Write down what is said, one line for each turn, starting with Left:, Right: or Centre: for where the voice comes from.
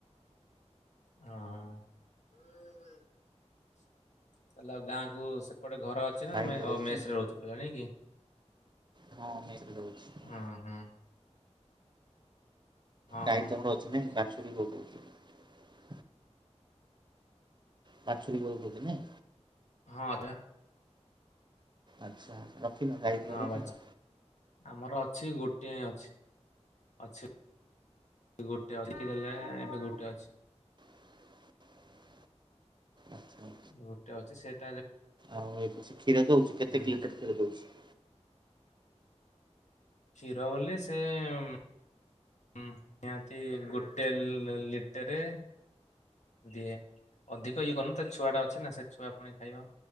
Left: ହଁ ତାହେଲେ ଆଉ ଗାଁକୁୁ ସେପଟେ ଘର ଅଛି
Right: ଗାଈ
Left: ନା ମେ
Right: ବରଉଛି
Left: ମେସରେ ରହୁଛୁ ପୁରା ନାଇଁ କି?
Right: ହଁ ମେସ୍ ରେ ରହୁଛି।
Left: ହଁ ହଁ। ହଁ
Right: ଗାଈ
Left: ହଁ ହଁ
Right: ତମର ଅଛନ୍ତି
Left: ଆଚ୍ଛା।
Right: ନାଁ ବାଛୁରୀ ବୋଧ ହୁଏ ଅଛି। ବାଛୁରୀ ଅଛନ୍ତି ନାଇଁ।
Left: ହଁ ବା।
Right: ଆଚ୍ଛା ରଖିିନ ଗାଈ ଫାଇ
Left: ହଁ
Right: ରଖିନ।
Left: ବାଛ ଆମର ଅଛି ଗୋଟିଏଁ ଅଛି ଅଛି। ଗୋଟେ ଅଟକି ଗଲା ଏବେ ଗୋଟେ ଅଛି।
Right: <inaudible> ଆଚ୍ଛା
Left: ଗୋଟେ ଅଛି ସେଠ୍
Right: ଆଉ ଏବେ ସେ କ୍ଷୀର ଦଉଛି କେତେ
Left: ହୁଁ।
Right: ଲିଟର କ୍ଷୀର ଦଉଛି।
Left: କ୍ଷୀର ବୋଲି ସେ ହୁଁ ନିହାତି ଗୋଟେ ଲିଟେରେ ଦି ଅଧିକ ଇଏ କରନୁ ତା ଛୁଆ ଟା ଅଛି ନା ସେ ଛୁଆ ପୁଣି ଖାଇବ।